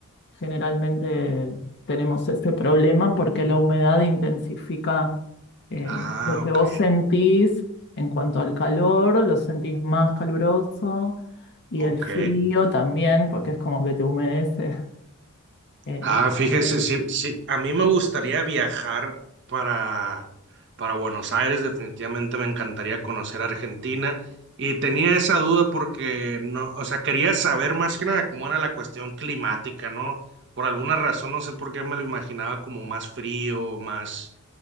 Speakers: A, on the left; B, on the right.
A: generalmente tenemos ese problema porque la humedad intensifica eh,
B: Ah,
A: lo que
B: ok.
A: vos sentís en cuanto al calor, lo sentís más caluroso y
B: Ok.
A: el frío también, porque es como que te humedece. Eh,
B: Ah, fíjese,
A: también el-
B: sí, sí. A mí me gustaría viajar para, para Buenos Aires. Definitivamente me encantaría conocer Argentina. Y tenía esa duda porque no, o sea, quería saber más que nada cómo era la cuestión climática, ¿no? Por alguna razón, no sé por qué me lo imaginaba como más frío, más